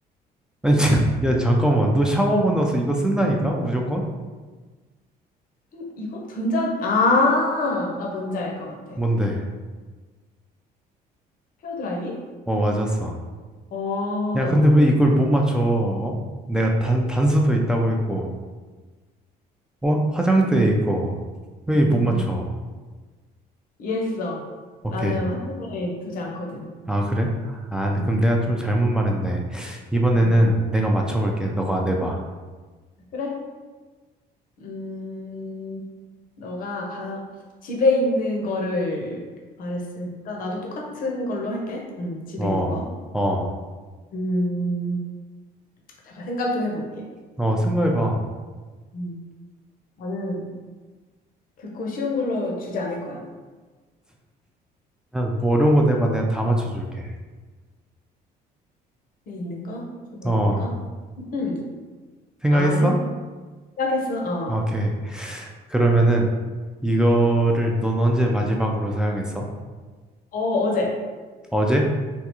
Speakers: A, in the centre; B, on the left (about 55°).
A: 아니, <laughs> 자- 야 잠깐만, 너 샤워하고 나서 이거 쓴다니까? 무조건?
B: 음, 이거? 전자, 아, 나 뭔지 알 것 같아.
A: 뭔데?
B: 헤어드라이기?
A: 어, 맞았어.
B: 어,
A: 야, 근데 왜 이걸 못 맞춰? 어? 내가 단 단서도 있다고 했고, 어? 화장대에 있고, 왜
B: 음,
A: 못 맞춰?
B: 이해했어.
A: 오케이.
B: 나는 화장실에 두지 않거든.
A: 아, 그래? 아, 근데
B: 음,
A: 그럼 내가 좀 잘못 말했네. 이번에는
B: 맞아.
A: 내가 맞춰볼게. 너가 내봐.
B: 그래? 음, 너가 가, 집에 있는 거를 말했으니까 나도 똑같은 걸로 할게. 음, 집에
A: 음. 어,
B: 있는 거.
A: 어,
B: 음, 잠깐 생각 좀 해볼게.
A: 어, 생각해봐.
B: 음, 나는 결코 쉬운 걸로 주지 않을 거야.
A: 야, 뭐 어려운 거 내봐. 내가 다 맞춰줄게.
B: 집에 있는 거? 집에
A: 어,
B: 있는 거? 음,
A: 생각했어?
B: 아, 생각했어. 어,
A: 오케이. 그러면은 이거를 넌 언제 마지막으로 사용했어?
B: 어, 어제.
A: 어제?